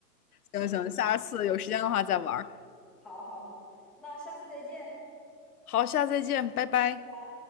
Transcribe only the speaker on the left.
行行，下次有时间的话再玩儿。
好，下次再见，拜拜。